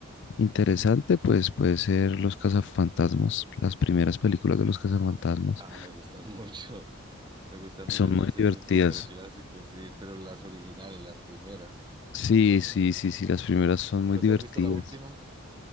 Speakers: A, on the left; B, on the right.
A: interesante, pues puede ser Los Cazafantasmas, las primeras películas de Los Cazafantasmas,
B: Ah, me gustan mucho, <laughs> me gustan
A: son
B: mucho esas,
A: muy
B: sí
A: divertidas.
B: son súper clásicos, sí, pero las originales, las primeras.
A: Sí, sí, sí, sí, las primeras son muy
B: ¿Pero
A: divertidas.
B: te has visto la última?